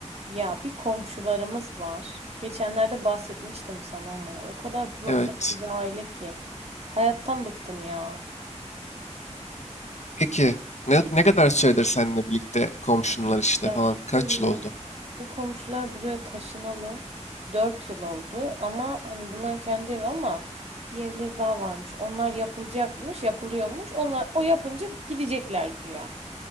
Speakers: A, on the right; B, on the left.
A: Ya bir komşularımız var. Geçenlerde bahsetmiştim sana ama ya o kadar problemli
B: Evet.
A: bir aile ki. Hayattan bıktım ya.
B: Peki ne, ne kadar süredir seninle birlikte komşunlar işte
A: Ya
B: falan kaç
A: şöyle
B: yıl oldu?
A: bu komşular buraya taşınalı Dört yıl oldu ama hani bunların kendi evi ama bir evleri daha varmış. Onlar yapılacakmış, yapılıyormuş. Onlar o yapınca gidecekler güya.